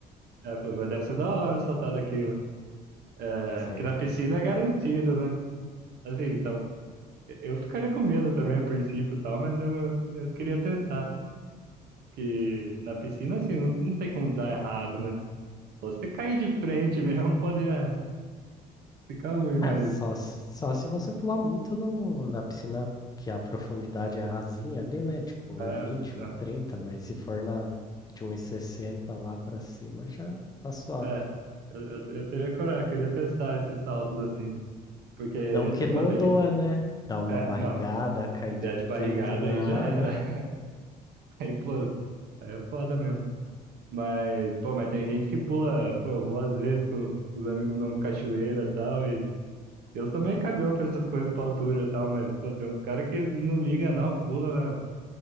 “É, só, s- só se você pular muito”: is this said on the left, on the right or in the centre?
Left